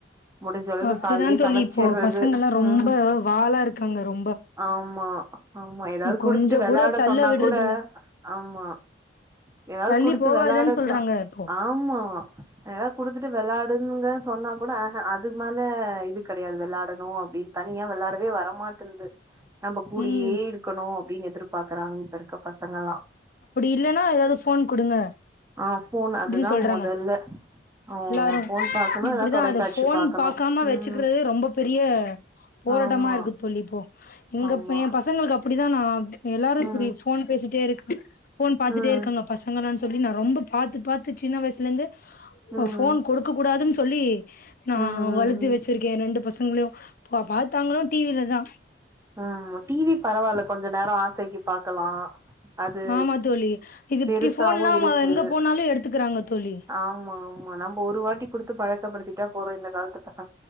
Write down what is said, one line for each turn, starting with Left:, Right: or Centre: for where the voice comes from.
Right: முடிஞ்ச அளவுக்கு
Left: அப்டிதா
Right: கால்லியே
Left: தோழி
Right: சமச்சிர்றது
Left: இப்போ பசங்கல்லா
Right: ம்
Left: ரொம்ப
Right: ம்
Left: வாலா இருக்காங்க ரொம்ப
Right: ஆமா ஆமா எதாவ்து குடுத்துட்டு
Left: கொஞ்சோ
Right: வெளாட
Left: கூட தள்ள
Right: சொன்னாக்
Left: விடுறதில்ல
Right: கூட ஆமா எதாவ்து
Left: தள்ளி
Right: குடுத்து
Left: போகாதன்னு
Right: வெளாட
Left: சொல்றாங்க
Right: சா
Left: இப்போ
Right: ஆம்மா எதா குடுத்துட்டு வெளாடுன்ங்க சொன்னாக் கூட ஆ அ அதுக் மேல இது கெடையாது வெளாடணு அப் ப்டின் தனியா வெளாடவே வரமாட்டுந்து நம்பக் கூடியே
Left: ம்
Right: இருக்கணு அப்டின் எதிர்ப் பாக்கறாங் இப்ப இருக்கப் பசங்களா
Left: இல்லனா எதாது ஃபோன் குடுங்க
Right: ஆ ஃபோனு
Left: அப்டின்னு
Right: அதுதா
Left: சொல்றாங்க
Right: மொதல்ல ஓ
Left: எல்லாரு
Right: ஃபோன் பாக்கணு
Left: இப்புடிதா
Right: இல்ல தொலைக்காட்சி
Left: அது ஃபோன்
Right: பாக்கணு
Left: பாக்காம
Right: ம்
Left: வெச்சுகிறதே ரொம்ப பெரிய போராட்டமா
Right: ஆமா
Left: இருக்கு தோழி இப்போ எங்கப்
Right: ஆமா
Left: எம் பசங்களுக்கு அப்டிதா நாப் எல்லாரு இப்புடி
Right: ம்
Left: ஃபோன் பேசிட்டே இருக் ஃபோன் பாத்துட்டே
Right: ம்
Left: இருக்காங்க பசங்களான் சொல்லி நா ரொம்பப் பாத்து பாத்து சின்ன வயிச்லந்து
Right: ம் ம்
Left: ஒ ஃபோன் கொடுக்க கூடாதுன் சொல்லி நா
Right: ம்
Left: வளுத்து
Right: ம்
Left: வெச்சிருக்கே ரெண்டு பசங்ளியு போ பாத்தாங்களு டி விலதா
Right: இம்ம டி விப் பரவால்ல கொஞ்ச நேரோ ஆசைக்கி பாக்கலா அது
Left: ஆமா தோழி இது
Right: பெருசாவு
Left: இப்டி ஃபோன்லா அவங்க
Right: இருக்கு
Left: எங்க போனாலு எடுத்துக்கிறாங்க தோழி
Right: ஆமா ஆமா நம்ப ஒரு வாட்டி குடுத்து பழக்கப்படுத்திட்டா போறோ இந்த காலத்துப்